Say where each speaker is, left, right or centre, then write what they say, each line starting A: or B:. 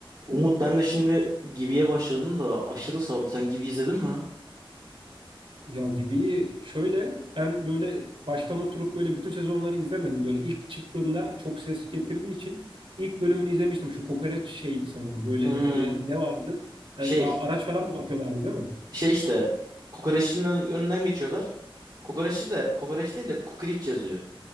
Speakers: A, on the right (about 50°); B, on the right (about 70°).
A: Umut ben de şimdi Gibi'ye başladım da aşırı sardı. Sen Gibi izledin mi?
B: Ya gibi şöyle ben böyle baştan oturup böyle bütün sezonları izlemedim. Böyle ilk çıktığında çok ses getirdiği için ilk bölümünü izlemiştim. Şu kokoreç şeydi sanırım böyle
A: Hmm,
B: e, ne vardı?
A: şey
B: E, a- araç falan mı bakıyorlardı değil mi?
A: şey işte kokoreçin ön- önünden geçiyorlar. Kokoreçi de kokoreç değil de kukriç yazıyor.